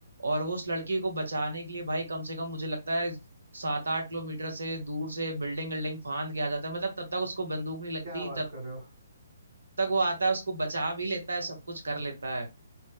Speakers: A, on the right; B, on the right.
A: और वो उस लड़की को बचाने के लिए भाई कम से कम मुझे लगता है सात आठ किलोमीटर से दूर से बिल्डिंग बिल्डिंग फांद के आ जाता है मतलब तब तक उसको बंदूक नहीं लगती
B: क्या बात
A: तब
B: कर रहे हो
A: तक वो आता है उसको बचा भी लेता है सब कुछ कर लेता है